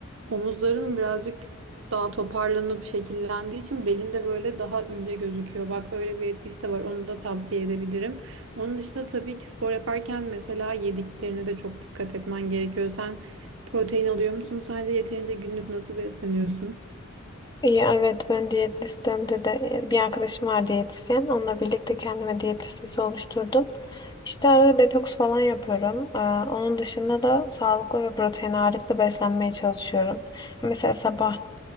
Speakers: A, on the right (about 65°); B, on the left (about 20°).
A: Omuzların birazcık daha toparlanıp şekillendiği için belinde böyle daha ince gözüküyor. Bak böyle bir etkisi de var. Onu da tavsiye edebilirim. Onun dışında tabii ki spor yaparken mesela yediklerine de çok dikkat etmen gerekiyor. Sen protein alıyor musun? Sence yeterince günlük nasıl besleniyorsun?
B: İyi evet ben diyet listemde de e, bir arkadaşım var diyetisyen. Onunla birlikte kendime diyet listesi oluşturdum. İşte arada detoks falan yapıyorum. Ee, onun dışında da sağlıklı ve protein ağırlıklı beslenmeye çalışıyorum. Mesela sabah